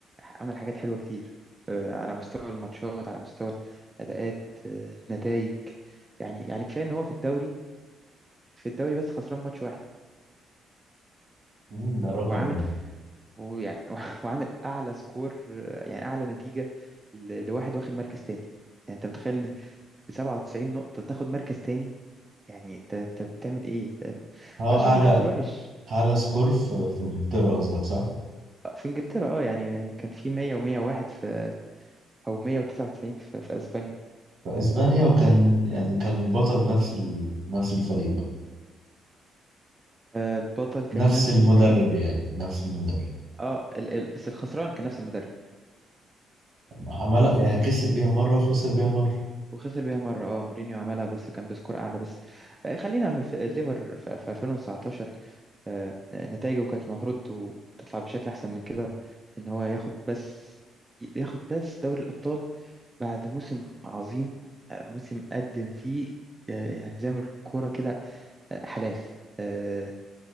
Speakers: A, on the right; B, on the right.
A: عمل حاجات حلوه كتير آه، على مستوى الماتشات على مستوى اداءات نتائج يعني يعني كفايه ان هو في الدوري في الدوري بس خسران ماتش واحد
B: مم، ده رقم
A: وعامل ويعني <laughs> وعامل اعلى سكور آه، يعني اعلى نتيجه ل- لواحد واخد مركز تاني يعني انت متخيل ان ب 97 نقطه تاخد مركز تاني يعني انت انت بتعمل ايه ده-
B: اه
A: بس
B: اعلى
A: هو من الحظ الوحش
B: على سكور في في انجلترا قصدك صح؟
A: في انجلترا اه يعني كان في 100 و101 في او 199 في, في اسبانيا
B: في
A: آه،
B: اسبانيا وكان يعني كان البطل نفس ال... نفس الفريق بقى
A: آه، البطل كان
B: نفس
A: نفس
B: المدرب
A: الفريق
B: يعني نفس المدرب
A: اه ال... ال... بس الخسران كان نفس المدرب
B: عمل يعني كسب بيها مرة وخسر بيها مرة
A: وخسر بيها مرة اه مورينيو عملها بس كان بسكور اعلى بس آه، خلينا في في الليفر في في 2019 آه، نتائجه كانت المفروض و- تطلع بشكل أحسن من كده إن هو ياخد بس ياخد بس دوري الأبطال بعد موسم عظيم آه، موسم قدم فيه آه، يعني زي ما بنقول كورة كده آه، حلال آه،